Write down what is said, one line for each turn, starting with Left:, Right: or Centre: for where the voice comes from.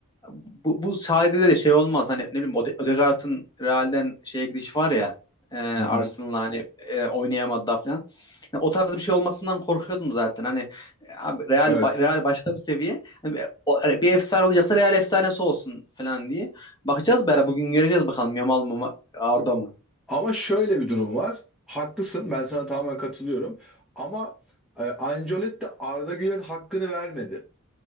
Left: Bu, bu sayede de şey olmaz. Hani ne bileyim Ode- Odegaard'ın Real'den şeye gidişi var ya e, Arsenal'la
Centre: Hı hı.
Left: hani e, oynayamadı da falan. Yani o tarz bir şey olmasından korkuyordum zaten. Hani e, abi Real
Centre: Evet.
Left: ba- Real başka bir seviye. Hani, e, o- hani bir efsane olacaksa Real efsanesi olsun falan diye. Bakacağız beraber bugün göreceğiz bakalım Yamal mı Ma- Arda mı?
Centre: Ama şöyle bir durum var. Haklısın. Ben sana tamamen katılıyorum. Ama e, Ancelotti Arda Güler'in hakkını vermedi.